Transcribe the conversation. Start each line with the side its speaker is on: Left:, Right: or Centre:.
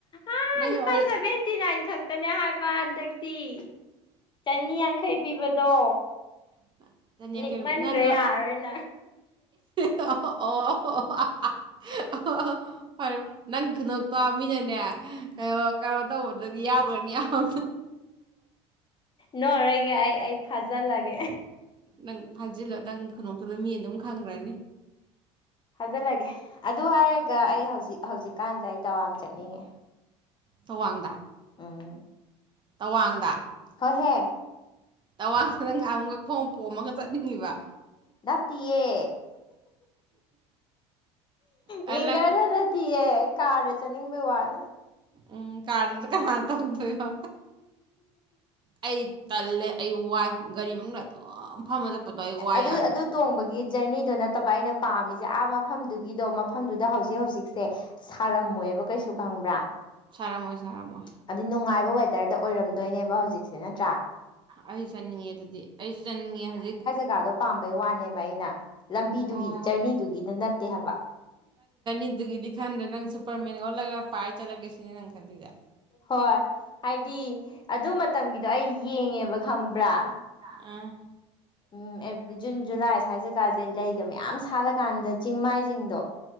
Left: ꯑ
Right: ꯅꯪꯒꯤ
Left: ꯂꯄꯥ
Right: ꯑꯣꯔꯤ
Left: ꯁꯚꯦꯟꯇꯤ ꯈꯛꯇꯅꯦ ꯍꯥꯏ ꯍꯟꯗꯛꯇꯤ ꯆꯅꯤ ꯌꯥꯡꯈꯩ ꯄꯤꯕꯗꯣ
Right: ꯌꯦ
Left: ꯂꯤꯛꯃꯟꯈ꯭ꯔꯦ
Right: ꯅ
Left: ꯌꯥꯔꯔꯣꯏ ꯅꯪ
Right: ꯑꯣ ꯑꯣ ꯑ ꯐꯔꯦ ꯅꯪ ꯈꯨꯟꯗꯣꯛꯇꯣ ꯃꯤꯅꯅꯦ ꯀꯩꯅꯣ ꯀꯩꯅꯣ ꯇꯧꯕꯗꯨꯗꯤ ꯌꯥꯎꯈ꯭ꯔꯅꯤ ꯌꯥꯝꯕꯗ
Left: ꯅꯔꯒꯦ ꯑꯩ ꯐꯖꯜ ꯂꯒꯦ
Right: ꯅꯪ ꯐꯥꯖꯤꯜꯂꯣ ꯅꯪ ꯈꯨꯗꯇꯂ ꯃꯤ ꯑꯗꯨꯝ ꯈꯪꯈ꯭ꯔꯅꯤ
Left: ꯊꯖꯜꯂꯒꯦ ꯑꯗꯨ ꯍꯥꯏꯔꯒ ꯑꯩ ꯍꯧꯖꯤꯛ ꯍꯧꯖꯤꯛꯀꯥꯟꯁꯦ ꯑꯩ ꯇꯋꯥꯡ ꯆꯠꯅꯤꯡꯉꯦ
Right: ꯆꯋꯥꯡꯗ
Left: ꯑ
Right: ꯇꯋꯥꯡꯗ
Left: ꯑꯍꯦ
Right: ꯇꯋꯥꯗ ꯅꯪꯒ ꯑꯃꯨꯛꯀ ꯈꯣꯡꯝ ꯄꯣꯝꯃꯒ ꯆꯠꯅꯤꯡꯉꯤꯕ
Left: ꯗꯞꯇꯌꯦ
Right: ꯅꯪ
Left: ꯃꯤꯒꯥꯥꯏꯗꯗꯗꯤ ꯀꯥꯔ ꯆꯅꯤꯡꯕ ꯋꯥꯅꯦ
Right: ꯎꯝ ꯀꯥꯔꯗꯗ ꯀꯅꯥ ꯇꯧꯗꯣꯏꯣ ꯑꯩ ꯇꯜꯂꯦ ꯑꯩ ꯋꯥꯏ ꯒꯥꯔꯤ ꯃꯅꯨꯡꯗ ꯑꯗꯨꯝ ꯐꯝꯃ ꯆꯠꯄꯗꯣ ꯑꯩ ꯋꯥꯏ
Left: ꯑꯗꯨ
Right: ꯌꯥꯝꯅ
Left: ꯑꯗꯨ ꯇꯣꯡꯕꯒꯤ ꯖꯔꯅꯤꯗꯣ ꯅꯠꯇꯕ ꯑꯩꯅ ꯄꯥꯝꯃꯤꯁꯦ ꯑꯥ ꯃꯐꯝꯗꯨꯒꯤꯗꯣ ꯃꯐꯝꯗꯨꯗ ꯍꯧꯖꯤꯛ ꯍꯧꯖꯤꯛꯁꯦ ꯁꯥꯔꯝꯃꯣꯏ ꯕ ꯀꯩꯁꯨ ꯈꯪꯕ꯭ꯔꯥ
Right: ꯁꯥꯔꯝꯃꯣꯏ ꯁꯥꯔꯝꯃꯣꯏ
Left: ꯑꯗꯨ ꯅꯨꯡꯉꯥꯏꯕ ꯋꯦꯗꯔꯗ ꯑꯣꯏꯔꯝꯗꯣꯏꯅꯦꯕ ꯍꯧꯖꯤꯛꯁꯦ ꯅꯠꯇ꯭ꯔꯥ
Right: ꯑꯩ ꯆꯠꯅꯤꯡꯉꯦ ꯑꯗꯨꯗꯤ ꯑꯩꯁꯨ ꯆꯠꯅꯤꯡꯉꯦ ꯍꯧꯖꯤꯛ
Left: ꯀꯀꯥꯗꯣ ꯄꯥꯝꯕꯩ ꯋꯥꯅꯦꯕ ꯑꯩꯅ ꯂꯝꯕꯤꯗꯨꯒꯤ
Right: ꯑꯣ
Left: ꯖꯔꯅꯤꯗꯨꯒꯤꯗ ꯅꯠꯇꯦ ꯍꯥꯏꯕ
Right: ꯗꯨꯒꯤꯗꯤ ꯈꯟꯗ꯭ꯔꯦ ꯅꯪ ꯁꯨꯄꯔ ꯃꯦꯟ ꯑꯣꯜꯂꯒ ꯄꯥꯏꯔ ꯆꯠꯂꯒꯦ ꯁꯤꯅꯦ ꯅꯪ ꯈꯜꯂꯤꯗ
Left: ꯍꯣꯏ ꯍꯥꯏꯗꯤ ꯑꯗꯨ ꯃꯇꯝꯒꯤꯗꯣ ꯑꯩ ꯌꯦꯡꯉꯦꯕ ꯈꯪꯕ꯭ꯔꯥ
Right: ꯑ
Left: ꯎꯝ ꯖꯨꯟ ꯖꯨꯂꯥꯏ ꯁ꯭ꯋꯥꯏ ꯖꯒꯥꯁꯦ ꯂꯩꯒ ꯃꯌꯥꯝ ꯁꯥꯠꯂꯀꯥꯟꯗ ꯆꯤꯡꯃꯥꯏꯁꯤꯡꯗꯣ